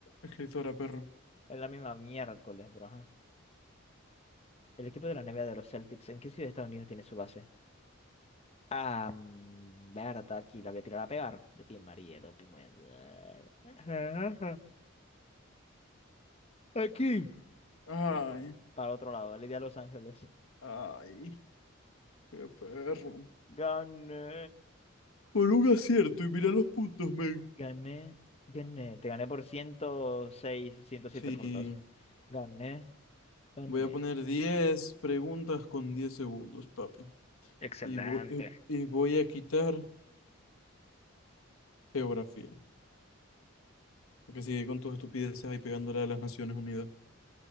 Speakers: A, on the left (about 85°); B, on the left (about 30°).
A: Escritora, perro.
B: Es la misma miércoles, bro. ajá. El equipo de la NBA de los Celtics, ¿en qué ciudad de Estados Unidos tiene su base? Ah, mm, Berta, aquí la voy a tirar a pegar. De ti, María, doping. web. <laughs> Ajá. Aquí.
A: Ay,
B: Ah, pues. Para otro lado, el día de Los Ángeles.
A: ay. Qué perro.
B: Gané.
A: Por un acierto y mira los puntos, men.
B: Gané. Gané. Te gané por ciento seis, ciento siete
A: Sí,
B: puntos. Gané. Gané.
A: voy a poner 10 preguntas con 10 segundos, papi.
B: Excelente.
A: Y voy, y y voy a quitar geografía. Porque sigue con tus estupideces ahí pegándole a las Naciones Unidas.